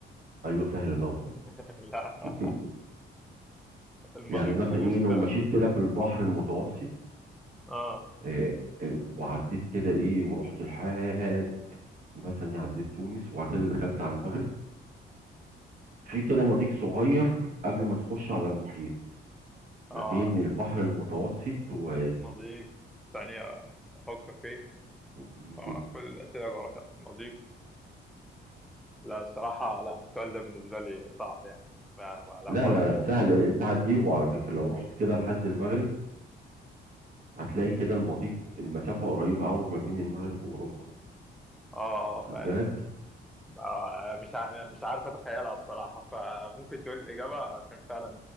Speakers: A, on the right (about 45°); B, in the centre.
A: ايوه سهل طبعا
B: <laughs> لا
A: <laughs>
B: المضيق
A: يعني مثلا
B: اللي بيفصل
A: ايه لو مشيت كده في البحر المتوسط
B: اه
A: آه، آه، وعديت كده ايه ورحت لحد مثلا إيه، عديت تونس وبعد كده دخلت على المغرب في كده مضيق صغير قبل ما تخش على المحيط
B: اه
A: ما بين البحر المتوسط و
B: مضيق ثانية أفكر فيه
A: مم.
B: آه كل الأسئلة جغرافيا أصل المضيق لا الصراحة لا السؤال ده بالنسبة لي صعب يعني ما ما- لا
A: لا
B: ما أعرفوش
A: لا سهل انت هتجيبه على فكرة لو رحت كده لحد المغرب هتلاقي كده المضيق المسافة قريبة قوي ما بين المغرب وأوروبا
B: اه
A: واخد
B: فاهم
A: بالك
B: آه مش ع- مش عارف أتخيلها الصراحة فممكن تقول الإجابة عشان فعلا